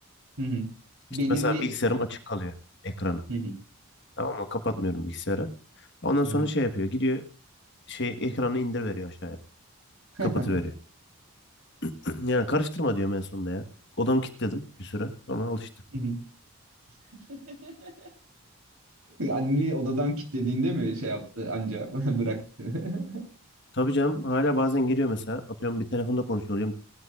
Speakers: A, on the right (about 75°); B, on the left (about 50°).
A: Hı hı. Belirli
B: İşte mesela bilgisayarım açık kalıyor ekranı.
A: Hı hı.
B: Tamam mı? Kapatmıyorum bilgisayarı. Ondan
A: Hı
B: sonra
A: hı.
B: şey yapıyor. Gidiyor şey ekranı indir veriyor aşağıya.
A: <laughs>
B: Kapatıveriyor. <clears throat> Yani karıştırma diyorum en sonunda ya. Odamı kilitledim bir süre. Sonra alıştı.
A: Hı hı. <laughs> Anne odadan kilitlediğinde mi şey yaptı anca <laughs> bıraktı. <laughs>
B: Tabii canım hala bazen giriyor mesela. Atıyorum bir telefonda konuşuyor. oluyorum.